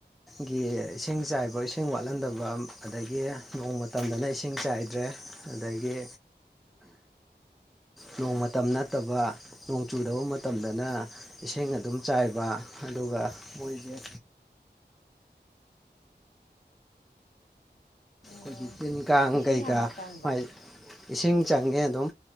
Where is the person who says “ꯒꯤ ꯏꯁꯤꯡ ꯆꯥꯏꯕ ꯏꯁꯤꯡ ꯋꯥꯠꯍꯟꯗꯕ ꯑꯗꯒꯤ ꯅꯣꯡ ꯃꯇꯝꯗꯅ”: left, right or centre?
Centre